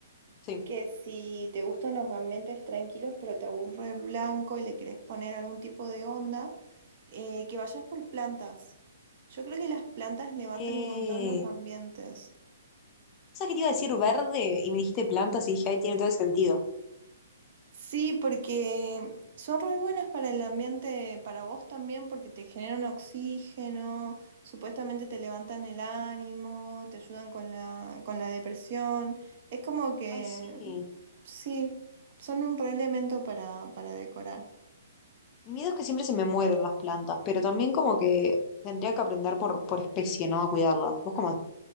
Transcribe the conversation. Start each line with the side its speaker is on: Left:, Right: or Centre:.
Left: Sí.
Right: que si te gustan los ambientes tranquilos, pero te aburre el blanco y le querés poner algún tipo de onda, Eh, que vayas por plantas. Yo creo que las plantas levantan
Left: Eh,
Right: un montón los ambientes.
Left: ¿sabes qué te iba a decir verde? Y me dijiste plantas y dije, ahí tiene todo el sentido.
Right: Sí, porque son re buenas para el ambiente, para vos también, porque te generan oxígeno, supuestamente te levantan el ánimo, te ayudan con la, con la depresión. Es como que,
Left: Ay, sí.
Right: sí, son un re elemento para, para decorar.
Left: Mi miedo es que siempre se me mueren las plantas, pero también como que tendría que aprender por, por especie, ¿no? A cuidarlas. ¿Vos cómo?